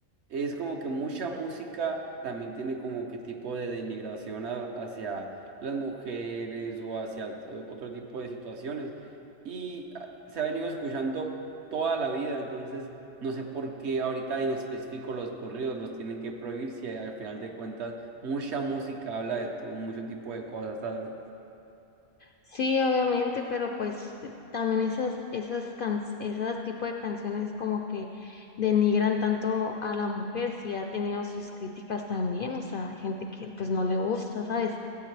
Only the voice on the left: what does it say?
Sí, obviamente, pero pues eh, también esas, esas can, esas tipo de canciones como que denigran tanto a la mujer, si ha tenido sus críticas también, o sea, hay gente que pues no le gusta, ¿sabes?